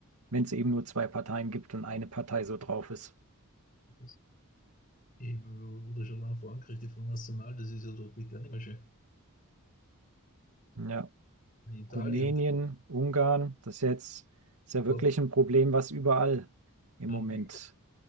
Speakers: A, on the right; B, on the left.
A: wenn es eben nur zwei Parteien gibt und eine Partei so drauf ist.
B: Das eben, oder schon auch vor Angriff von National, das ist ja doch bitte auch nicht mehr schön.
A: Ja,
B: In Italien,
A: Rumänien, Ungarn, das ist ja jetzt ist ja
B: Orban,
A: wirklich ein Problem, was überall im
B: ja,
A: Moment.